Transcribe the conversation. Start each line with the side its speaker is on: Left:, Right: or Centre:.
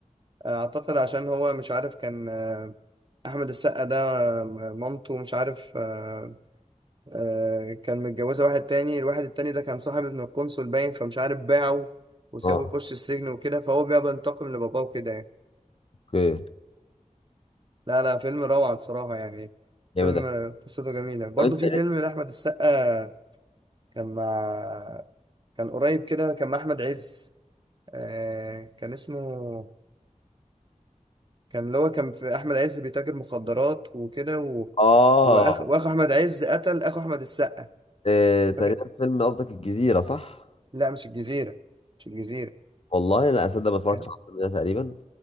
Right: آه، اعتقد عشان هو مش عارف كان آه، احمد السقا ده آه، مامته مش عارف آه، آه، كان متجوزه واحد تاني الواحد التاني ده كان صاحب ابن القنصل باين فمش عارف باعه وسابه
Left: اه
Right: يخش السجن وكده فهو بقى بينتقم لباباه وكده يعني
Left: اوكي
Right: لا لا فيلم روعة بصراحة يعني
Left: جامد
Right: فيلم
Left: أوي.
Right: قصته جميلة برضو
Left: طب انت
Right: في فيلم لأحمد السقا كان مع كان قريب كده كان مع أحمد عز آه... كان اسمه كان اللي هو كان في أحمد عز بيتاجر مخدرات وكده و...
Left: اه
Right: وأخ... وأخو أحمد عز قتل أخو أحمد السقا
Left: إيه تقريبا
Right: فاكر
Left: فيلم قصدك الجزيرة صح؟
Right: لا مش الجزيرة مش الجزيرة
Left: والله لا اصدق ما اتفرجتش
Right: كان
Left: على الفيلم ده تقريبا